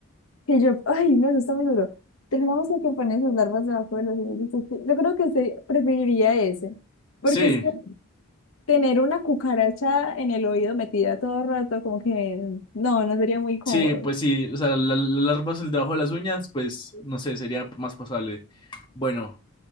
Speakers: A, on the left; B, on the left.
A: que yo, ay, no, eso está muy duro. Tener una mosca que pone sus larvas debajo de las uñas. Yo yo creo que se- preferiría ese, porque
B: Sí,
A: es que tener una cucaracha en el oído metida todo el rato, como que no, no sería muy cómodo.
B: sí, pues sí, o sea, la- las larvas el debajo de las uñas, pues, no sé, sería más pasable. Bueno,